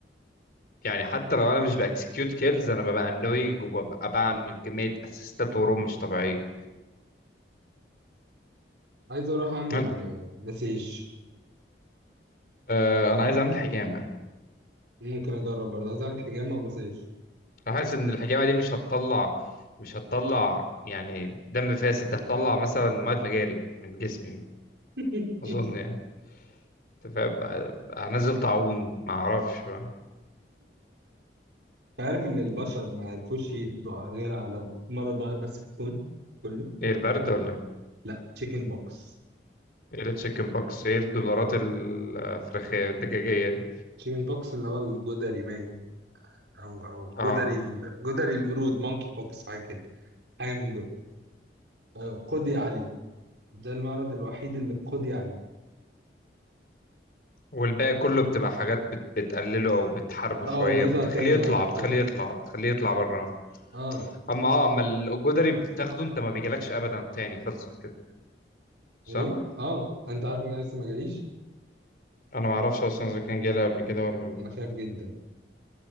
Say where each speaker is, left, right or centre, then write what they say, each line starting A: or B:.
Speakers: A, on the left; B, on the right.
A: يعني حتى لو انا مش باكسكيوت كيلز انا ببقى انوينج وببقى بعمل كميه اسيستات وروم مش طبيعيه
B: عايز أروح أعمل
A: انا
B: آه، مساج
A: آه، أنا عايز اعمل حجامه
B: ممكن أجرب برضه عايز أعمل حجامة ومساج
A: أنا حاسس ان الحجامه دي مش هتطلع مش هتطلع يعني دم فاسد ده هتطلع مثلا ميه مجاري من جسمي
B: <laughs>
A: اظن يعني انت فاهم بقى- بقى هنزل طاعون ما اعرفش بقى
B: أنت عارف إن البشر ما عرفوش يقضوا غير على مرض واحد بس في الكون كله؟
A: ايه البرد ولا
B: لا تشيكن بوكس
A: ايه التشيكن بوكس ايه الدولارات الفراخيه الدجاجيه دي
B: تشيكن بوكس اللي هو الجدري باين او او
A: اه
B: جدري ال- جدري القرود مونكي بوكس حاجه كده حاجه من دول آه، قضي عليه ده المرض الوحيد اللي قضي عليه
A: والباقي كله بتبقى حاجات بت... بتقلله او بتحاربه
B: اه
A: شويه
B: وبيظهر
A: بتخليه
B: تاني
A: يطلع
B: عادي
A: بتخليه
B: فاهم
A: يطلع بتخليه يطلع بره
B: اه
A: اما اه اما الجدري بتاخده انت ما بيجيلكش ابدا تاني خلصت كده صح
B: ايه اه انت عارف ان انا لسه ما جاليش
A: انا ما اعرفش اصلا اذا كان جالي قبل كده ولا لا
B: انا خايف جدا